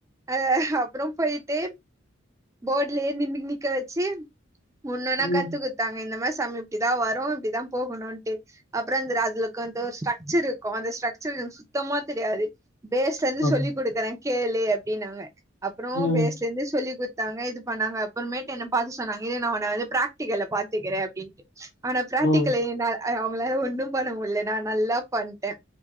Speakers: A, on the right; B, on the left.
A: அ அப்பறோ போயிட்டு போர்ட்லே நி நி நி நிக்க வெச்சு ஒன்னொன்னா
B: ம்.
A: கத்து குத் தாங்க இந்த மாரி சம் இப்டிதா வரு இப்டிதா போகணுன்டு அப்றோ அந்த அதுல உக்கான்ட்டு ஒரு ஸ்டரக்சர் அந்த ஸ்ட்ரக்சர் எனக்கு சுத்தமா தெரியாது பேஸ்லந்து
B: ஓ
A: சொல்லி் குடுக்குறே கேளு அப்டின்னாங்க அப்பறோ
B: ம்
A: பேஸ்ல இந்து சொல்லி குத் தாங்க இது பண்ணாங்க அப்பறமேட் என்ன பாத்து சொன்னாங்க இரு நா உன்ன வந்து பிராக்டிகல்ல பாத்துக்கறே அப்டின்ட்டு ஆனா பிராக்டிக்கல
B: ஓ
A: நா அவங்களால ஒண்ணு பண்ண முல்ல நா நல்லா பண்டே